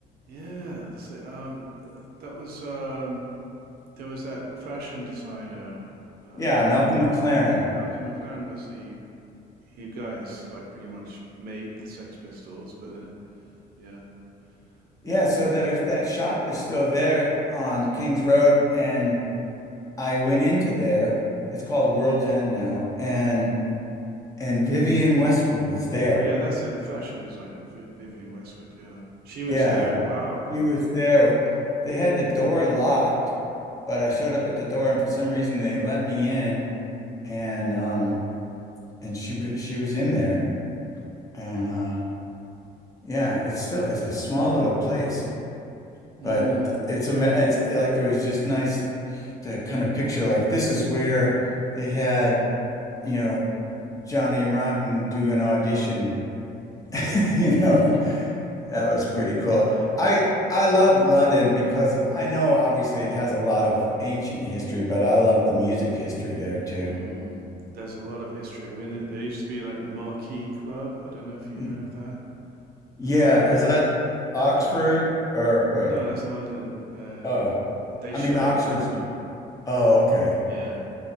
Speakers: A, on the right; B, on the left.
A: yeah. That's it. Um, uh, that was um, there was that fashion designer. Uh,
B: Yeah, Malcolm McLaren.
A: Malcolm McLaren was the he guy who's like pretty much made the Sex Pistols, but uh, yeah,
B: Yeah,
A: yeah,
B: so there's that shop is still there on Kings Road, and I went into there. It's called World's End now, and and Vivian Westwood was there.
A: yeah. That's it. The fashion designer, Vi Vivian Westwood. Yeah, she was
B: Yeah,
A: there. Wow.
B: she was there. They had the door locked, but I showed up at the door, and for some reason they let me in, and um and she wa- she was in there, and uh yeah, it's still it's a small little place,
A: Mm.
B: but it's ama- it's like it was just nice to kind of picture like this is where they had, you know, Johnny Rotten do an audition, <laughs> you
A: <laughs>
B: know. That was pretty cool. I I love London because of I know obviously it has a lot of ancient history, but I love the music history there too.
A: Mm. There's a lot of history. I mean, there, there used to be like the Marquee Club. I don't know if you
B: Mhm.
A: heard of that.
B: Yeah,
A: The Marquee,
B: is that Oxford
A: but
B: or wait,
A: no, that's London. Uh,
B: oh,
A: they
B: I
A: shut
B: mean Oxford
A: it down
B: Street.
A: though.
B: Oh, okay.
A: Yeah,